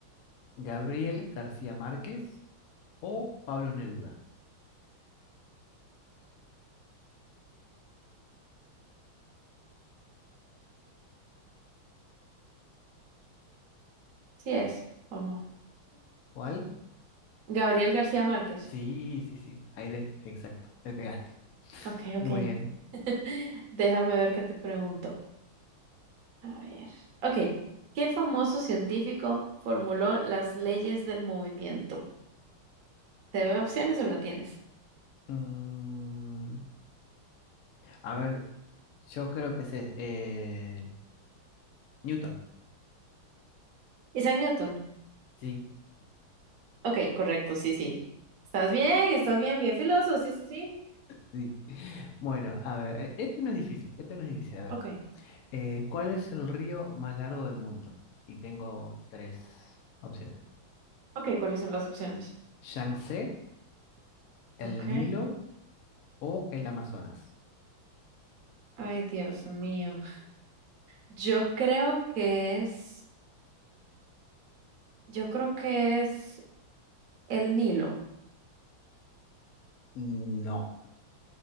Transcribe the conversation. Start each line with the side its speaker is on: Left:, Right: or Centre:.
Left: Gabriel
Right: Ok.
Left: García Márquez o Pablo Neruda.
Right: Sí es o no.
Left: ¿Cuál?
Right: Gabriel García Márquez.
Left: Sí, sí, sí, ahí le, exacto, le pegaste.
Right: Ok, ok.
Left: Muy
Right: ok.
Left: bien.
Right: <laughs> Déjame ver qué te pregunto. A ver. Ok. ¿Qué famoso científico formuló las leyes del movimiento? ¿Te veo opciones o la tienes?
Left: Mm, a ver, yo creo que sé, eh, Newton.
Right: Isaac Newton.
Left: Sí,
Right: Ok, correcto, sí, sí. ¿Estás bien? ¿Estás bien? Bien filoso, sí, sí, sí.
Left: sí. Bueno, a ver, e- este no es difícil, este no es difícil. A ver,
Right: Ok.
Left: eh, ¿cuál es el río más largo del mundo? Y tengo tres opciones.
Right: Ok, ¿cuáles son las opciones?
Left: Yangtze, el
Right: Ok.
Left: Nilo o el Amazonas.
Right: Ay, Dios mío. Yo creo que es. Yo creo que es el Nilo.
Left: No.